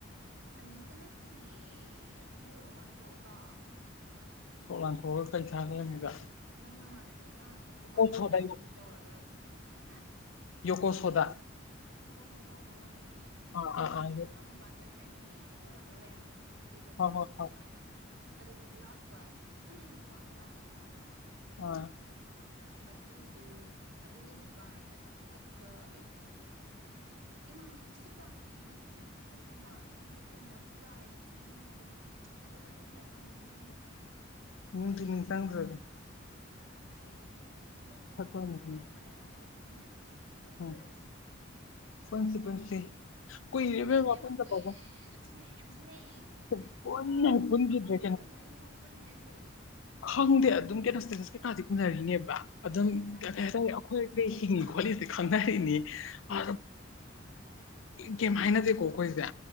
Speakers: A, on the right; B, on the left.
A: ꯁꯅꯤꯁꯤꯇ ꯅꯠꯇꯦꯌꯦ ꯑꯁꯤꯁꯨ ꯁꯣꯔꯣꯛ ꯂꯥꯟꯊꯣꯛꯑꯒ
B: ꯊꯣꯛꯣꯛ ꯂꯥꯟꯊꯣꯛꯑꯒ ꯀꯩꯥ ꯂꯩꯔꯝꯃꯤꯒ
A: ꯅꯪ ꯅꯃꯥꯟꯅꯕꯤ ꯑꯃ ꯃꯄꯥꯟ ꯆꯪꯒꯅꯤ
B: ꯁꯣꯗꯥ
A: ꯇꯧꯔꯒ ꯍꯥ
B: ꯌꯀꯣ ꯁꯣꯗꯥ
A: ꯏ ꯀꯣꯁꯧ ꯀꯧꯕ꯭ꯔꯣ ꯈꯪꯗꯌꯦꯦ
B: ꯑꯥ
A: ꯅꯪ
B: ꯑꯥ
A: ꯅꯃꯥꯟꯅꯕꯤ
B: ꯑꯥ ꯌꯣ
A: ꯑꯃ ꯃꯄꯥꯟ ꯆꯪꯈ꯭ꯔꯅꯤ ꯍꯌꯦꯡ ꯇꯧꯔꯒ ꯂꯩꯔꯝꯕꯗꯣ ꯀꯦꯐꯦꯗ
B: ꯍꯣꯏ
A: ꯂꯩꯔꯝꯃꯦ
B: ꯍꯣꯏ ꯍꯣꯏ
A: ꯇꯧꯔ ꯑꯗꯨꯗ ꯂꯥꯛꯄ ꯅꯨꯄꯥ ꯑꯃ ꯌꯥꯎꯔꯛꯄꯗꯣ ꯈꯪꯕ꯭ꯔꯥ
B: ꯑꯥ
A: ꯑꯗꯨꯗꯨ ꯑꯗꯨꯗꯨꯁꯨ ꯕꯥꯏꯅꯦꯕ ꯑꯗꯨꯒ ꯑꯩ
B: ꯎꯝ
A: ꯏꯃꯥꯟꯅꯕꯤꯁꯨ ꯕꯥꯏꯅꯤ ꯑꯩꯈꯣꯏꯁꯨ ꯕꯥꯏꯅꯤꯅꯤ ꯄꯨꯅꯞ ꯕꯥꯥꯏꯅꯤ ꯑꯗꯨꯅ ꯑꯗꯨꯝ ꯑꯗꯨ ꯑꯗꯨꯒꯤ ꯑꯉꯥꯡꯗꯣ ꯅꯤꯡꯁꯤꯡꯕ꯭ꯔꯥ
B: ꯅꯔꯤ ꯅꯤꯡ ꯆꯪꯗ꯭꯭ꯔꯔꯤ
A: ꯑꯀꯦ ꯏꯕꯦꯝꯃ ꯅꯣꯡꯃ
B: ꯑꯣꯏꯅꯗꯤ
A: ꯄꯨꯂꯞ ꯎꯅꯔꯒ ꯍꯦꯛꯇꯅꯦ ꯍꯦꯛꯇ ꯄꯨꯂꯨꯔꯁꯤ
B: ꯎꯝ ꯄꯨꯟꯁꯤ ꯄꯨꯟꯁꯤ ꯀꯨꯏꯔꯦ
A: ꯑꯗꯨꯅꯦ
B: ꯏꯕꯦꯝꯃ
A: ꯏꯕꯦ
B: ꯄꯨꯟꯗꯕꯒ
A: ꯃꯀꯣꯏ ꯏꯔꯦ ꯑꯗꯨ ꯑꯗꯨꯅꯦ ꯑꯗꯨ ꯑꯗꯨꯅꯦ ꯑꯦ ꯑꯗꯨꯅꯦ
B: ꯁꯨꯛꯄꯨꯟ
A: ꯍꯥꯏꯕ
B: ꯍꯦꯛ
A: ꯑꯩꯈꯣꯏꯁꯦ
B: ꯄꯨꯟꯈꯤꯗ꯭ꯔꯦ
A: ꯀꯩꯗꯧꯕꯩꯅꯣ ꯄꯨꯟꯗ꯭ꯔꯤꯁꯦ
B: ꯍꯥꯎꯗꯦ ꯑꯗꯨꯝ ꯀꯦ ꯅꯁ ꯗꯤꯛ ꯎꯅꯔꯤꯅꯦꯕ ꯑꯗꯨꯝ
A: ꯑꯗꯨꯅꯦ
B: ꯀꯔꯤ ꯍꯥꯏꯇꯥꯔꯦ ꯑꯩꯈꯣꯏꯁꯦ ꯍꯤꯡꯉꯤ ꯈꯣꯠꯂꯤꯁꯦ ꯈꯪꯅꯔꯤꯅꯤ ꯑ ꯀꯩ ꯍꯥꯏꯅꯗꯦꯀꯣ ꯑꯩꯈꯣꯏꯁꯦ